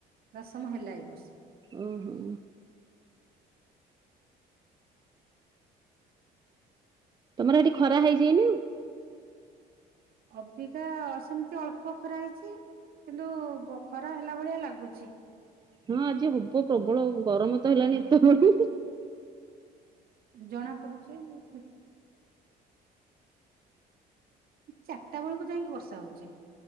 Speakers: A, on the right; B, on the right.
A: ଦଶମ ହେଲା ଏଇ ବର୍ଷ।
B: ଓହୋ। ତମର ହେଟି ଖରା ହେଇଚି ଏଇନା?
A: ଅବିକା ସେମିତି ଅଳ୍ପ ଖରା ହେଇଚି କିନ୍ତୁ ଖରା ହେଲା ଭଳିଆ ଲାଗୁଚି।
B: ହଁ ଆଜି ହବ ପ୍ରବଳ ଗରମତ ହେଲାଣି
A: ହଁ
B: ଏତେ ବେଳୁ।
A: ଜଣାପଡ଼ୁଚି <unintelligible> ଚାରିଟା ବେଳକୁ ଯାଇକି ବର୍ଷା ହଉଚି।